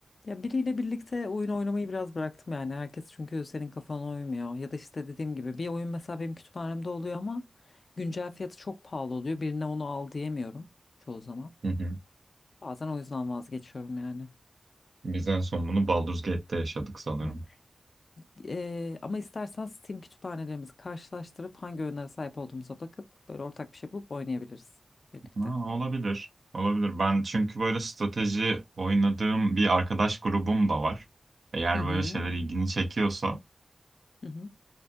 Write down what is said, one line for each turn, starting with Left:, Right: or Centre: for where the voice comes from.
Left: Ya biriyle birlikte oyun oynamayı biraz bıraktım yani. Herkes çünkü senin kafana uymuyor. Ya da işte dediğim gibi bir oyun mesela benim kütüphanemde oluyor ama güncel fiyatı çok pahalı oluyor. Birine onu al diyemiyorum çoğu zaman.
Right: hı hı.
Left: Bazen o yüzden vazgeçiyorum yani.
Right: Biz en son bunu Baldur's Gate'te yaşadık sanırım.
Left: Evet. Ee, ama istersen Steam kütüphanelerimizi karşılaştırıp hangi oyunlara sahip olduğumuza bakıp böyle ortak bir şey bulup oynayabiliriz birlikte.
Right: Ha, olabilir. Olabilir. Ben çünkü böyle strateji oynadığım bir arkadaş grubum da var. Eğer
Left: Hı hı.
Right: böyle şeyler ilgini çekiyorsa
Left: Hı